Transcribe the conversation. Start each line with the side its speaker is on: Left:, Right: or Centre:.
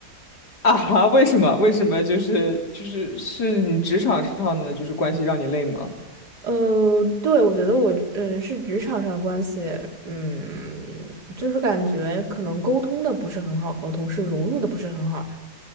Left: <laughs> 啊哈，为什么？为什么？就是就是是你职场上的就是关系让你累吗？
Right: 呃，对，我觉得我嗯是职场上关系，嗯，就是感觉可能沟通的不是很好，和同事融入的不是很好。